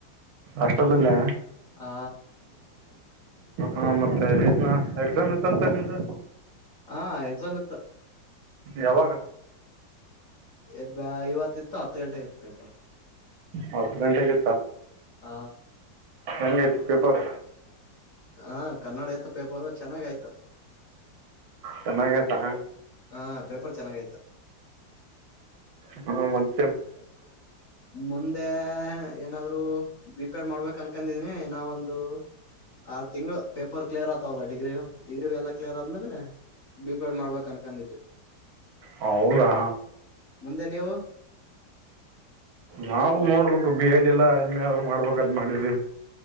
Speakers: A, on the right; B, on the left.
A: ಅಷ್ಟಲ್ಲ ಇಲ್ಲ
B: ಹಾ
A: ಹಾ ಮತ್ತೆ ಎಕ್ಸಾಮ್ ಇತ್ತಂತ ನಿದ
B: ಹಾ ಎಕ್ಸಾಮ್ ಇತ್ತು
A: ಯಾವಾಗ
B: ಇಬ ಇವತ್ತ ಇತ್ತು ಹತ್ತು ಗಂಟೆ ಆಗತ್ತು ಪೇಪರ್
A: ಹತ್ತು ಗಂಟೆಗೆ
B: ಹ
A: ಹೆಂಗ ಆಯ್ತು ಪೇಪರ್
B: ಹಾ ಕನ್ನಡ ಎತ್ತು ಪೇಪರು ಚೆನ್ನಾಗ ಆಯ್ತು
A: ಚನ್ನಾಗತ ಹ
B: ಹಾ ಪೇಪರ್ ಚೆನ್ನಾಗಯ್ತು
A: ಹ್ಮ ಮತ್ತ
B: ಮುಂದೆ ಏನಾದ್ರು ಬಿಪ್ಯಾಡ್ ಮಾಡ್ಬೇಕ ಅನ್ಕಂದಿದನಿ ನಾವ ಒಂದು ಆರ್ ತಿಂಗಗಳು ಪೇಪರ್ ಕ್ಲಿಯರ್ ಆಗ್ತವಲ್ಲ ಡಿಗ್ರಿ ಡಿಗ್ರಿ ಬಿ ಎಲ್ಲ ಕ್ಲಿಯರ್ ಆದ್ಮೇಲೆ ಬಿಪಡ್ ಮಾಡ್ಬೇಕಕ್ ಅನ್ಕಂದಿದೆ
A: ಹೌದಾ
B: ಮುಂದೆ ನೀವು
A: ನಾವು ನೋಡ್ಬೇಕು ಬಿ ಎಡ್ ಇಲ್ಲ ಎಮ್ ಎ ಆದರು ಮಾಡ್ಬೇಕಂತ ಮಾಡಿದ್ವಿ